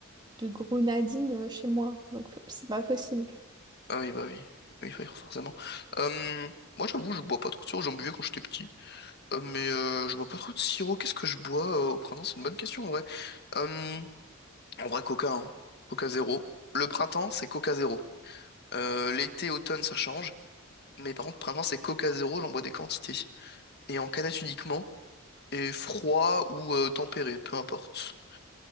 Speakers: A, on the right; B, on the left.
A: de grenadine euh, chez moi. Donc, <laughs> euh, c'est pas possible.
B: Ah oui, bah oui. Oui, faut- forcément. Euh, Moi, j'avoue, je bois pas trop de sirop, j'en buvais quand j'étais petit. Euh, Mais euh, je bois pas trop de sirop. Qu'est-ce que je bois euh, au printemps? C'est une bonne question en vrai. Euh, en vrai, Coca, hein. Coca zéro. Le printemps, c'est Coca zéro. Euh, l'été, automne, ça change. Mais par contre, printemps, c'est Coca zéro. J'en bois des quantités. Et en canette uniquement. Et froid ou euh, tempéré, peu importe.